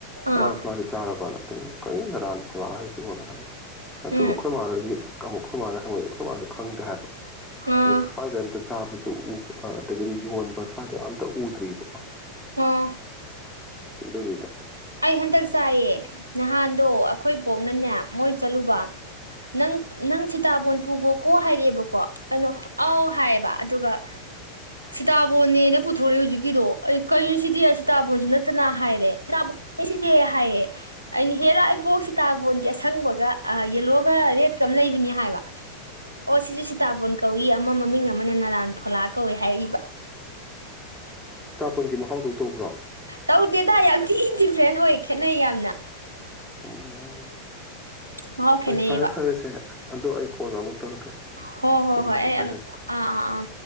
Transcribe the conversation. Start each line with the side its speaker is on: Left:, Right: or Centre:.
Right: ꯑꯥ
Centre: ꯅꯔꯥꯟ ꯐꫭꯂꯥꯗꯤ ꯆꯥꯔ ꯀꯩꯅ ꯅꯔꯥꯟ ꯐꫭꯂꯥ ꯍꯥꯏꯁꯦ ꯁ ꯍꯥꯏꯕ ꯑꯗꯨꯒ
Right: ꯎꯝ
Centre: ꯑꯩꯈꯣꯏ ꯃꯥꯜꯗꯗꯤ ꯑꯃꯨꯛ ꯑꯩꯈꯣꯏ <unintelligible> ꯃꯥꯗ ꯑꯈꫭꯏ ꯃꯥꯁꯨ ꯈꯪꯗꯦ ꯍꯥꯏꯕ
Right: ꯑꯥ
Centre: ꯑꯗꯨꯕꯨ ꯁ꯭ꯋꯥꯏꯗ ꯑꯝꯇ ꯆꯥꯕꯁꯨ ꯎꯕ ꯑꯗꯒꯤꯗꯤ ꯌꯣꯟꯕ ꯁ꯭ꯋꯥꯏꯗ ꯑꯝꯇ ꯎꯗ꯭ꯔꯤꯕꯀꯣ
Right: ꯑꯣ
Centre: ꯑꯗꯨꯅꯤꯗ
Right: ꯑꯩ ꯍꯟꯗꯛ ꯆꯥꯏꯌꯦ ꯅꯍꯥꯟꯗꯣ ꯑꯩꯈꯣꯏ ꯕꫭꯛꯅꯅꯦ ꯃꯣꯏ ꯆꯠꯂꯨꯕ ꯅꯪ ꯅꯪ ꯁꯤꯇꯥꯕꯣꯟ ꯄꯨꯈꯣꯀꯣ ꯍꯥꯏꯔꯛꯑꯦꯕꯀꯣ ꯀꯩꯅꯣ ꯑꯥꯎ ꯍꯥꯏꯌꯦꯕ ꯑꯗꯨꯒ ꯁꯤꯗꯥꯕꯣꯟꯅꯦꯅ ꯄꯨꯊꯣꯔꯛꯑꯦ ꯍꯧꯖꯤꯛꯀꯤꯗꯣ ꯀꯩꯅꯣ ꯁꯤꯗꯤ ꯁꯤꯇꯥꯕꯣꯟꯁꯨ ꯅꯠꯇꯅ ꯍꯥꯏꯔꯦ ꯁꯤꯇꯥꯕ ꯁꯤꯗꯤ ꯍꯥꯏꯌꯦ ꯑꯩꯅ ꯍꯦꯔ ꯑꯩꯕꯣꯛꯁꯤ ꯇꯥꯕꯣꯟꯗꯤ ꯑꯁꯪꯕꯒ ꯌꯦꯂꯣꯒ ꯔꯦꯗꯀ ꯑꯃ ꯂꯩꯕꯅꯤ ꯍꯥꯏꯕ ꯑꯣ ꯁꯤꯁꯨ ꯁꯤꯇꯥꯕꯣꯟ ꯀꯧꯏ ꯑꯃ ꯃꯃꯤꯡ ꯑꯃꯅ ꯅꯔꯥꯟ ꯊꯣꯂꯥ ꯀꯧꯏ ꯍꯥꯏꯔꯛꯏꯕ
Centre: ꯆꯥꯛꯐꯝꯒꯤ ꯃꯍꯥꯎꯗꯧ ꯇꯧꯕ꯭ꯔꯣ
Right: ꯇꯧꯗꯦꯗ ꯌꯥꯝ ꯊꯤ ꯗꯤꯐ꯭ꯔꯦꯟ ꯑꯣꯏ ꯈꯦꯠꯅꯩ ꯌꯥꯝꯅ
Centre: ꯎꯝ
Right: ꯃꯍꯥꯎ ꯈꯦꯠꯅꯩꯌꯦꯕ
Centre: ꯍꯣꯏ ꯐꯔꯦ ꯐꯔꯦꯁꯦ ꯑꯗꯣ ꯑꯩ ꯀꯣꯟꯅ ꯑꯃꯨꯛ ꯇꯧꯔꯛꯀꯦꯁꯦ
Right: ꯍꯣ ꯍꯣ
Centre: ꯀꯣꯟꯅ
Right: ꯍꯣꯏ
Centre: ꯑꯃꯨꯛ
Right: ꯑꯩ
Centre: ꯍꯥꯏꯅꯁꯤ
Right: ꯑꯥ ꯑꯥ ꯑꯥ